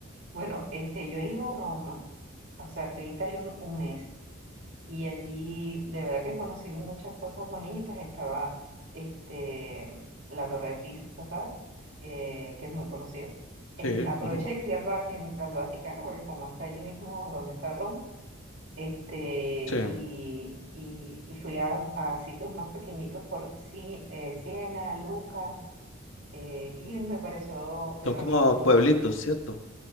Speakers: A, on the right; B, on the left.
A: Bueno, este, yo he ido a Roma, o sea, fui a Italia un, un mes y allí de verdad que conocí muchas cosas bonitas. Estaba este, la Torre de Pisa, ¿sabes? Eh, que es muy conocida. Y
B: Sí,
A: aproveché
B: ujú,
A: y fui al, Vatin- al Vaticano, porque como está allí mismo donde está Roma, este,
B: sí.
A: y, y, y fui a, a sitios más pequeñitos por Si- eh, Siena, Lucca, eh, y me pareció de
B: Son
A: verdad
B: como
A: muy bonito.
B: pueblitos, ¿cierto?